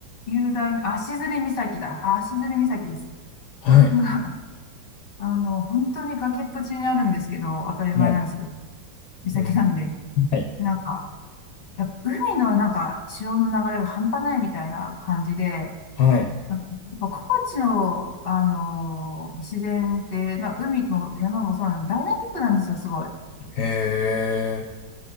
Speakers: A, on the left; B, on the left.
A: 雄大な、足摺岬だ。あ足摺岬です。
B: はい、
A: が、あの、本当に崖っぷちにあるんですけど、当たり前なんですけど、
B: はい、
A: 岬なんで、
B: うん、はい。
A: なんか、やっぱ海のなんか、潮の流れが半端ないみたいな感じで、
B: はい、
A: やっぱ高知の、あのー自然って、まあ、海も山もそうなんで、ダイナミックなんですよ、すごい。だ
B: へえ、